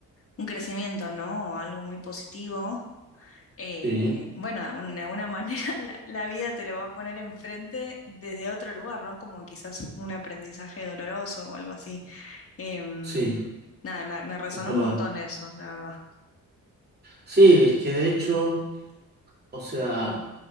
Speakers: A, on the left; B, on the right.
A: un crecimiento, ¿no? O algo muy positivo, eh,
B: sí,
A: bueno, de un- de alguna manera <laughs> la, la vida te lo va a poner enfrente desde otro lugar, ¿no? Como quizás un aprendizaje doloroso o algo así. Em,
B: sí,
A: nada, me, me resonó
B: es verdad.
A: un montón eso, la verdad.
B: Sí, es que de hecho, o sea,